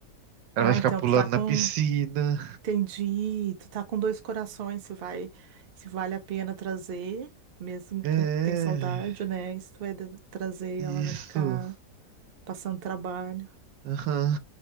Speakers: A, on the right; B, on the right.
A: Ela
B: Ah,
A: vai ficar
B: então
A: pulando
B: tu tá com
A: na piscina.
B: Entendi. Tu tá com dois corações, se vai, se vale a pena trazer, mesmo
A: É,
B: com tem saudade, né? E Se tu vai de- trazer,
A: isso.
B: ela vai ficar passando trabalho.
A: Aham.